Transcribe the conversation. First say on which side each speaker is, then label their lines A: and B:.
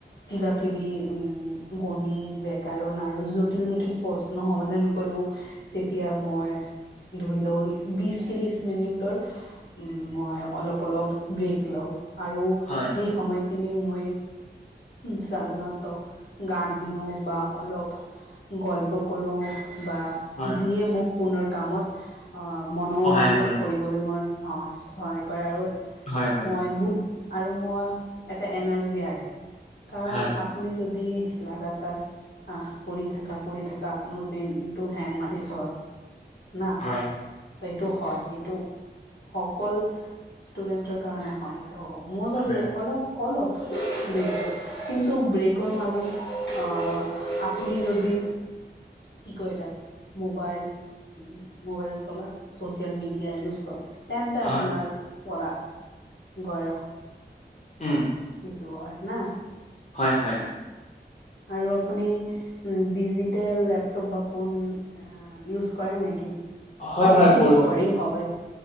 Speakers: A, on the left (about 75°); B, on the left (about 40°).
A: কিবা কিবি উ গণিত ব্যাকৰণ আৰু জটিল জটিল প্ৰ সমাধান কৰো। তেতিয়া মই ধৰি লওঁ বিশ ত্ৰিশ মিনিটৰ উম মই অলপ অলপ ব্ৰেক লওঁ আৰু
B: হয়
A: সেই সময় খিনি মই ছাধাৰনত গান শুনো বা অলপ গল্প কৰোঁ বা,
B: হয়
A: যিয়ে মোক পুনৰ কামত অঁ মনোনিৱেশ
B: সহায় কৰে
A: কৰি বলৈ মই সহায় কৰে, আৰু
B: হয় হয়
A: মই বুদ আৰু মোৰ এটা এনাৰ্জি আহে। কাৰণ
B: হয়
A: আপুনি যদি লাগাতাৰ আঁ পৰি থাকা পৰি থাকা আপোনাৰ ব্ৰেনটো হেং মাৰিছ না।
B: হয়।
A: ত এইটো হয়, এইটো অকল ষ্টুডেন্টৰ কাৰণে হয়। ত' মোৰ বাবে
B: হয়
A: অলপ অলপ ব্ৰেকটো কিন্তু ব্ৰেকৰ মাজত অঁ আপুনি যদি কি কয় তাক মোবাইল মোবাইল চলাক চচিয়েল মিডিয়া ইউজ কৰক। তেন্তে
B: হয়,
A: আপোনাৰ পৰা় বয়স
B: উম
A: সেইটো হয় না।
B: হয় হয়।
A: আৰু আপুনি উম ডিজিটেল লেপটপ বা ফোন ইউজ কৰে নেকি,
B: হয়
A: ফোনটো
B: হয় কৰো
A: ইউজ কৰেই হবাই।